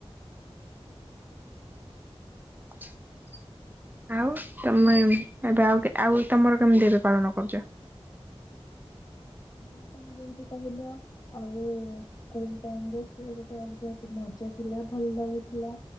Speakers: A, on the right; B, on the left.
A: <inaudible> ଆଉ ତମେ ଏବେ ଆଉ ଆଉ ତମର କେମିତି ଏବେ ପାଳନ କରୁଛ?
B: ହଁ ତମେ ଯେମତି କହିଲ ଆଉ ସ୍କୁଲ ଟାଇମ ରେ ସେ ଗୋଟେ ଅଲଗା ମଜା ଥିଲା ଭଲ ଲାଗୁଥିଲା।